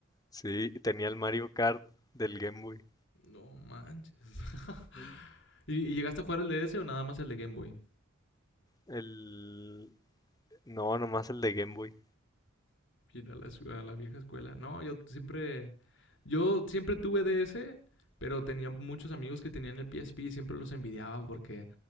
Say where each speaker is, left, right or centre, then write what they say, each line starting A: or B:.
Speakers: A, on the left; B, on the left.
A: Sí, y tenía el Mario Kart del Game Boy.
B: No manches. <laughs>
A: Ujú.
B: ¿Y, y llegaste a jugar el DS o nada más el de Game Boy?
A: El... No, nomás el de Game Boy.
B: ir a la, ciudad, a la vieja escuela. No, yo siempre, yo siempre tuve DS, pero tenía muchos amigos que tenían el PSP y siempre los envidiaba porque,